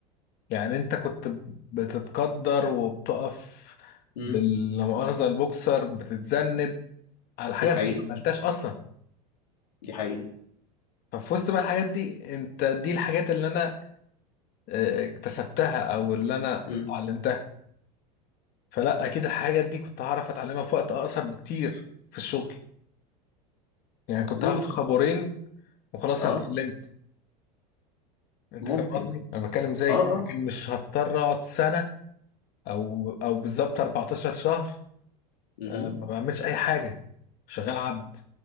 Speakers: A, on the left; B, on the left.
A: يعني انت كنت بتتقدر وبتقف
B: امم
A: بال- لا مؤاخذة البوكسر بتتذنب على حاجة
B: دي حقيقة
A: انت ما عملتهاش اصلا
B: دي حقيقة
A: ففي وسط بقى الحاجات دي انت دي الحاجات اللي انا آه، اكتسبتها او اللي انا
B: امم
A: اتعلمتها فلا اكيد الحاجات دي كنت هعرف اتعلمها في وقت اقصر بكتير في الشغل يعني كنت
B: ممكن
A: هاخد خبرين وخلاص
B: اه
A: انا اتعلمت انت
B: ممكن
A: فاهم قصدي انا بتكلم زي
B: اه اه
A: لكن مش هضطر اقعد سنه او او بالظبط 14 شهر
B: امم
A: آه، ما بعملش اي حاجه شغال عبد